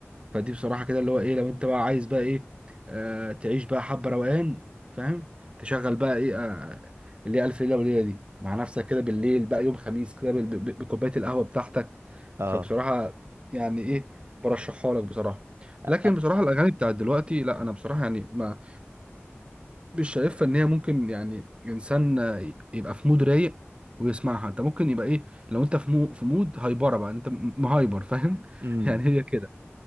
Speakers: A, on the right; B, on the right.
A: فدي بصراحة كده اللي هو ايه لو انت بقى عايز بقى ايه آه تعيش بقى حبة روقان فاهم تشغل بقى ايه آه اللي هي ألف ليلة وليلة دي مع نفسك كده بالليل بقى يوم خميس كده بال- ب- بكوباية القهوة بتاعتك
B: اه
A: فبصراحة يعني ايه برشحها لك بصراحة
B: أ-
A: لكن بصراحة الأغاني بتاعت دلوقتي لا أنا بصراحة يعني ما مش شايفها إن هي ممكن يعني إنسان آه، يبقى في مود رايق ويسمعها أنت ممكن يبقى إيه لو أنت في مو في مود هايبرة بقى أنت م- مهايبر فاهم
B: امم
A: <laughs> يعني هي كده